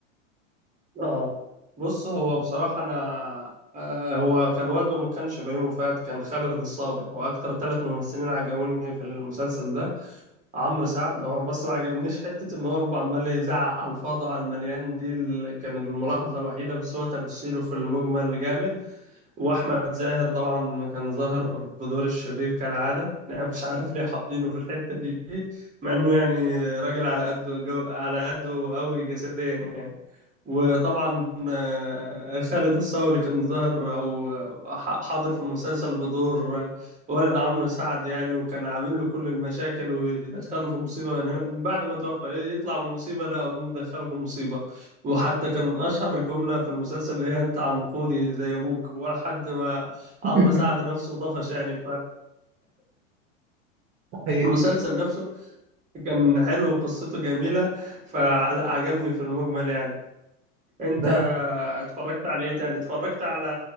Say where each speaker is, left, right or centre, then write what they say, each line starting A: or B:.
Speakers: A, on the right (about 20°); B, on the right (about 40°).
A: اه بص هو بصراحه انا آه هو كان والده ما كانش بيومي فؤاد كان خالد الصاوي واكتر ثلاث ممثلين عجبوني في المسلسل ده عمرو سعد هو بس ما عجبنيش حته ان هو بيبقى عمال يزعق على الفاضي على المليان دي ال... كان الملاحظه الوحيده بس هو تمثيله في المجمل جامد واحمد زاهر طبعا كان ظاهر بدور الشرير كالعاده انا مش عارف ليه حاطينه في الحته دي مع انه يعني راجل على قده جو... على قده قوي جسديا يعني وطبعا آه، خالد الصاوي كان ظاهر او ح- حاضر في المسلسل بدور آه، ولد عمرو سعد يعني وكان عامل له كل المشاكل ويدخله في مصيبه من هنا من بعد ما توفى يطلع من مصيبه لا ابوه مدخله في مصيبه وحتى كان أشهر جملة في المسلسل اللي هي أنت عنقودي زي أبوك ولا حد ما
B: <laughs>
A: عمرو سعد نفسه طفش يعني
B: حقيقي.
A: فالمسلسل نفسه كان حلو وقصته جميلة فلا عجبني في المجمل يعني أنت
B: ده
A: اتفرجت على إيه تاني اتفرجت على